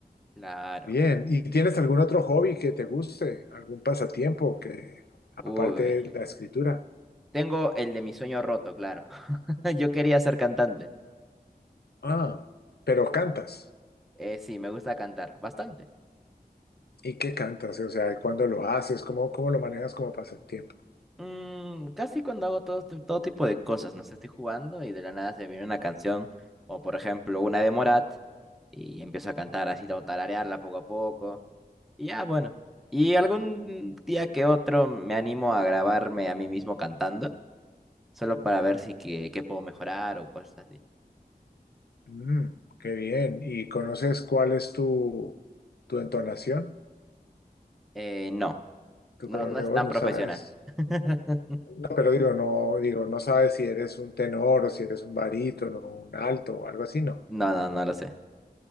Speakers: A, in the centre; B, on the left.
A: claro.
B: Bien, ¿y tienes algún otro hobby que te guste? ¿Algún pasatiempo que
A: Uy.
B: aparte de la escritura?
A: Tengo el de mi sueño roto, claro. <laughs> Yo quería ser cantante.
B: Ah, pero cantas.
A: Eh, sí, me gusta cantar bastante.
B: ¿Y qué cantas? O sea, ¿cuándo lo haces? ¿Cómo, cómo lo manejas como pasatiempo?
A: Mm, casi cuando hago todo, ti- todo tipo de cosas, no sé, estoy jugando y de la nada se me viene una canción, o por ejemplo una de Morat, y empiezo a cantar así, o tararearla poco a poco. Y ya, bueno. Y algún día que otro me animo a grabarme a mí mismo cantando, solo para ver si que, qué puedo mejorar o cosas así.
B: Mm, qué bien. ¿Y conoces cuál es tu, tu entonación?
A: Eh, no,
B: Tu
A: no,
B: color
A: no es
B: de
A: tan
B: voz, no
A: profesional.
B: sabes.
A: <laughs>
B: No, pero digo, no, digo, no sabes si eres un tenor o si eres un barítono, un alto o algo así, no.
A: No, no, no lo sé.